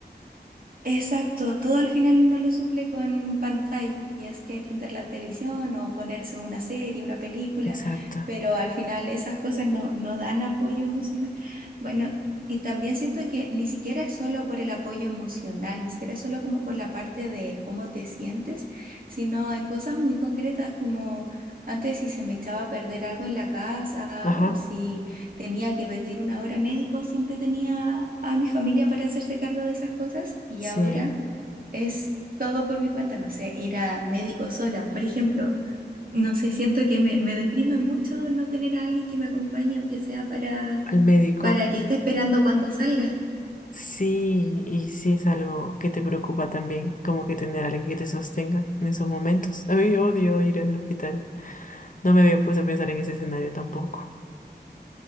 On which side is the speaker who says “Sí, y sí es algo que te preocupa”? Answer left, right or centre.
Left